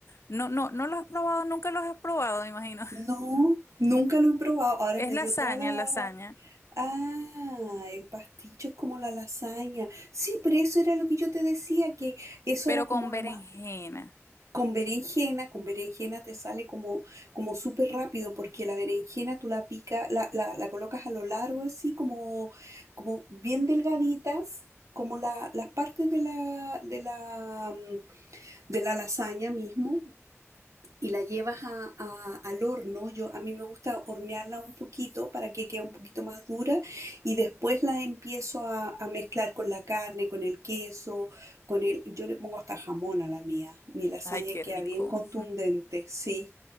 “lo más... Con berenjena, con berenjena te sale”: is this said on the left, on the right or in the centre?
Right